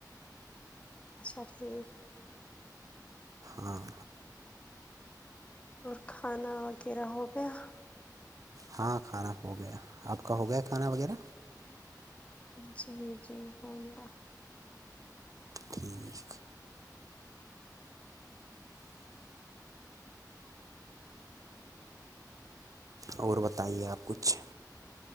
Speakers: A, on the left (about 15°); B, on the right (about 50°).
A: اچھا ٹھیک
B: ہاں
A: اور کھانا وغیرہ ہو گیا
B: ہاں کھانا ہو گیا آپ کا ہو گیا کھانا وغیرہ
A: جی جی ہو گیا
B: ٹھیک اور بتائیے آپ کچھ